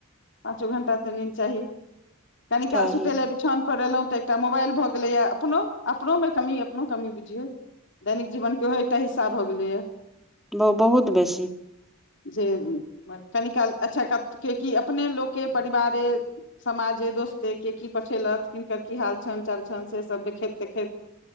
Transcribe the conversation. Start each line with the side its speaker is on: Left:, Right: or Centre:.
Left: पाँचो घंटा तऽ निंद चाही कनि
Centre: चाही
Left: काल सुतै लऽ बिछाउन पर एलहुँ तऽ एकटा मोबाइल भऽ गेलैय अपनो अपनोमे कमी अपनो कमी बुझियौ दैनिक जीवन केँ ओहो एकटा हिस्सा भऽ गेलै यऽ
Centre: ब - बहुत बेसी
Left: जे कनिकाल अच्छऽ क केँ की अपने लोक केँ परिवारे समाजे दोस्ते केँ की पठेलथ किनकर की हाल छैन चाल छैन से सब देखैत देखैत